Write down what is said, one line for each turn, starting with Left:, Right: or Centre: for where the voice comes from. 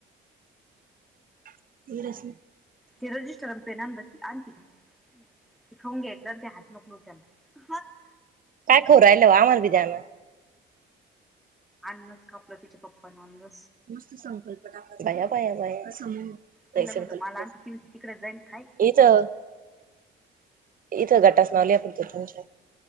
Right: <unintelligible>
Centre: ते रजिस्टर आणि पेन आण बाई. आणते का ते खाऊन घे एकदा ते हात नको लाऊ त्याला
Right: काय खाऊ राहिलो आम्हाला बी द्या ना.
Centre: अननस कापलं तिच्या पप्पा न आणल.
Right: मस्त संकल्पना बया बया बया.
Centre: तिला
Right: नाही संकल्प
Centre: म्हणलं मला आणता ती म्हणती तिकडे जाईन खाई
Right: इथं इथं गटाच नाव लिहा तुमच्या तुमच्या.